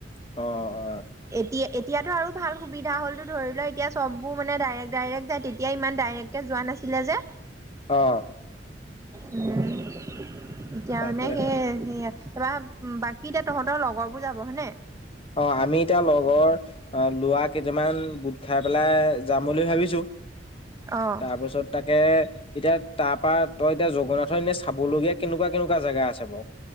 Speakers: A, on the left; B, on the right.
A: অ', অ, অ,
B: এতিয়া এতিয়াতটো আৰু ভাল সুবিধা হলো ধৰি লও এতিয়া চবো মানে ডাইৰেক্ট ডাইৰেক্ট যাই তেতিয়া ইমান ডাইৰেক্ট কে যোৱা নাছিলে যে
A: অ' অ'
B: উম, এতিয়া
A: তাকেহে
B: মানে সেই সেয়া তাৰ পা বাকী এতিয়া তহঁতৰ লগৰ বোৰ যাব হয়নে?
A: অ', আমি এতিয়া লগৰ অ', লোৱা কেইটামান গোট খাই পেলাই যাম বুলি ভাবিছো।
B: অ'
A: তাৰপিছত তাকে এতিয়া তাৰ পৰা তই এতিয়া জগন্নাথৰ এনেই চাবলগীয়া কেনেকুৱা কেনেকুৱা জেগা আছে বাৰ?